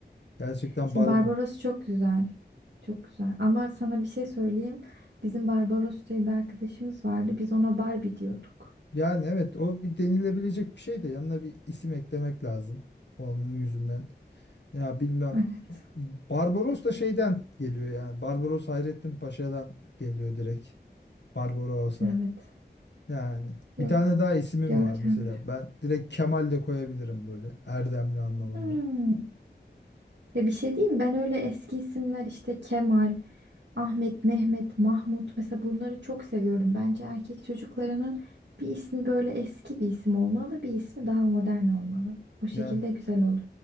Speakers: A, on the left; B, on the right.
A: Gerçekten
B: Şimdi
A: Barbar.
B: Barbaros çok güzel. Çok güzel. Ama sana bir şey söyleyeyim. Bizim Barbaros diye bir arkadaşımız vardı. Biz ona Barbie diyorduk.
A: Yani evet o bir denilebilecek bir şey de yanına bir isim eklemek lazım onun yüzünden. Ya bilmem
B: Evet.
A: Barbaros da şeyden geliyor yani Barbaros Hayrettin Paşa'dan geliyor direkt Barbaros'a
B: Evet.
A: Yani
B: Yok.
A: bir tane daha isimim
B: Görkemli.
A: var mesela ben direkt Kemal de koyabilirim böyle Erdemli anlamında.
B: Hmm. Ya bir şey diyeyim ben öyle eski isimler işte Kemal, Ahmet, Mehmet, Mahmut mesela bunları çok seviyorum. Bence erkek çocuklarının bir ismi böyle eski bir isim olmalı, bir ismi daha modern olmalı. O şekilde
A: Yani
B: güzel olur.